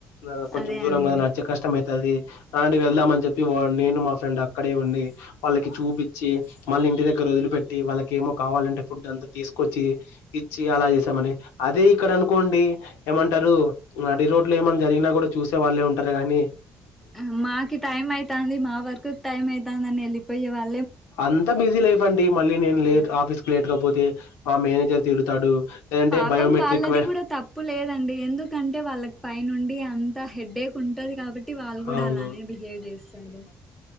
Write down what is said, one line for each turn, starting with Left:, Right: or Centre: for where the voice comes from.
Left: ఆ కొంచెం
Centre: అదే
Left: దూరం
Centre: అండి
Left: కద నడ్చెకి కష్టమైతాది ఆంటీ వెళ్దామని చెప్పి వాన్ నేను మా ఫ్రెండ్ అక్కడే ఉండి వాళ్ళకి చూపించి మళ్ళీ ఇంటి దగ్గర వదిలి పెట్టి వాళ్ళకి ఏమో కావాలంటే ఫుడ్ అంతా తీసుకొచ్చి ఇచ్చి అలా చేసామండి అదే ఇక్కడ అనుకోం డి ఏమంటారు నడి రోడ్ లో ఏమన్నా జరిగినా కూడా చూసే వాళ్ళే ఉంటారు కదండి
Centre: అ మాకి టైం ఐతంది మా వర్కు టైం ఐతంది అని ఎళ్ళిపోయే వాళ్
Left: అంత బిజీ లైఫ్ అండి మళ్ళీ నేను లేట్
Centre: అదే
Left: ఆఫీస్ కి లేట్కపోతే మా మేనేజర్ తిడతాడు లేదంటే
Centre: పాపం
Left: బయోమెట్రిక్
Centre: వాళ్ళది
Left: వే
Centre: కూడా తప్పు లేదండి ఎందుకంటే వాళ్ళకి పైనుండి అంత హెడ్డేకు టది కాబట్టి వాళ్ళు గూడా
Left: అవును.
Centre: అలానే బిహేవ్ జేస్తారు